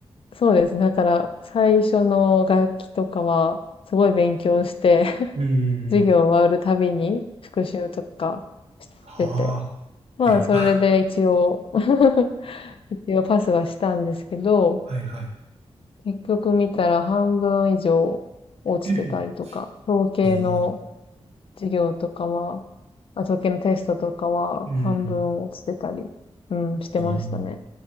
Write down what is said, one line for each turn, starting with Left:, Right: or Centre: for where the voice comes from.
Left: そうですね。だから最初の楽器とかはすごい勉強して、
Right: うんうんうん。
Left: 授業終わるたびに復習とかしてて。
Right: はあ、
Left: まあ、
Right: えら。
Left: それで一応
Right: <laughs>
Left: <laughs> 一応パスはしたんですけど、
Right: はいはい。
Left: 結局見たら半分以上落ちてたりとか、
Right: <laughs>
Left: 統計の
Right: えー、
Left: 授業とかは、あ、統計のテストとかは半分落ちてたり、
Right: うん。
Left: うん、してましたね。
Right: えー、